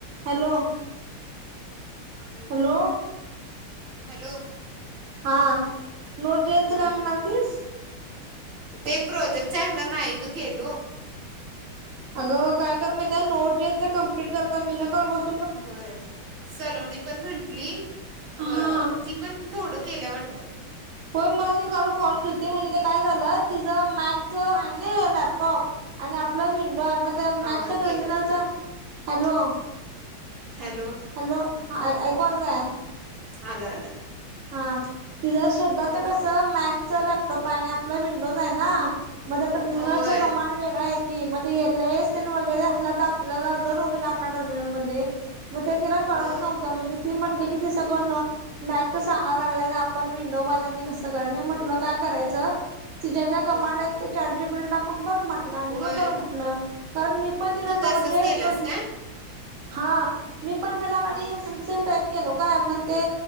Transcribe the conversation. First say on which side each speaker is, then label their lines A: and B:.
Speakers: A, on the right; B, on the right.
A: Hello.
B: हा, बोल.
A: Hello
B: hello.
A: हा. नोट द्यायचं,
B: हां
A: काय म्हणालतीस?
B: ते प्रोजेक्टचं हाय ना, नाही गं केलो.
A: अगं, काय कर मी त्या नोट द्यायचं कम्प्लीट करचा. मी न कल बस
B: होय. सलोनी पण म्हंटली.
A: हा
B: क ती पण, थोडं केल्या वाटतं.
A: पण मला तेल कॉल केलती, म्हणजे ते काय झालं. तिचं मॅथचं हाय नं लॅपटॉप. आणि आपला विंडोय. मग मॅगच्या
B: आवाज
A: टर्मिनलचा.
B: गेला तुझा
A: हॅलो.
B: हॅलो.
A: हॅलो, हा. ऐकू आलं काय?
B: आलं- आलं.
A: हा. तीझं, श्रद्धाच
B: हां
A: कसं, मॅकचं लॅपटॉपाय अन् आपला विंडोजाय ना. मग त्या टर्मिनल
B: होय
A: च्या कमांड वेगळ्यायत की. मग ते एल एस वगैरे असल्या तर आपल्याला <unintelligible> आप टर्मिनलमध्ये. मग ते तिला कळत
B: मग
A: नव्हंत. म्हणजे ती म्हटली की, ती सगळं न मॅक चं सांगाय लागलाय. न आपण विंडोवाल्यांनी कसं कर? मी म्हटलं, काय करायच चं. ज्या- ज्या कमांडयत
B: हां
A: ते चॅट जी पी टी ला टाकून बघ, मट ल आणि
B: होय
A: मग कर म्हटलं. कारण मी पण
B: मग
A: तिना
B: तू
A: नोट
B: तसंच
A: जस
B: केलास
A: वगैर,
B: काय
A: हा. मी पण पला कनिय,
B: हं
A: सेम टू सेम टाईप केलो. का म्हण ते